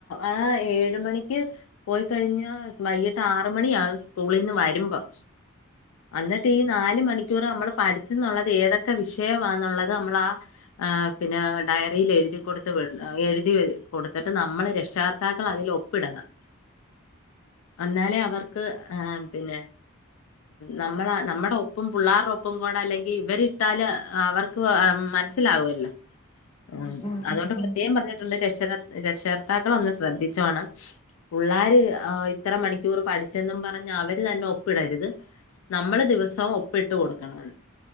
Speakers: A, on the left (about 75°); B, on the left (about 30°).
A: ആ ഏഴ് മണിക്ക് പോയി കഴിഞ്ഞ വൈകിട്ട് ആറ് മണിയാകും സ്കൂളിൽ നിന്ന് വരുമ്പം അന്നിട്ട് ഈ നാല് മണിക്കൂർ നമ്മൾ പഠിച്ചുന്നുള്ളത് ഏതൊക്കെ വിഷയവാന്നുള്ളത് നമ്മൾ ആ പിന്നെ ഡയറിയിൽ എഴുതി കൊടുത്ത് വിടണം എഴുതി കൊടുത്തിട്ട് നമ്മൾ രക്ഷകർത്താക്കൾ അതിൽ ഒപ്പിടണം എന്നാലേ അവർക്ക് ആ പിന്നെ നമ്മള നമ്മുടെ ഒപ്പും പിള്ളേരുടെ ഒപ്പം കൂടെ അല്ലെങ്കിൽ ഇവരിട്ടാല് അവർക്ക് മനസ്സിലാകുവല്ലോ ആ
B: ഉം ഉം
A: അതുകൊണ്ട്
B: ഉം
A: <unintelligible>
B: ഉം
A: കം പറഞ്ഞിട്ടുണ്ട് രക്ഷ രക്ഷകർത്താക്കൾ ഒന്ന് ശ്രദ്ധിച്ചോണം പിള്ളാര് ആ ഇത്ര മണിക്കൂർ പഠിച്ചെന്നും പറഞ്ഞ് അവര് തന്നെ ഒപ്പിടരുത് നമ്മള് ദിവസവും ഒപ്പിട്ടു കൊടുക്കണെന്ന്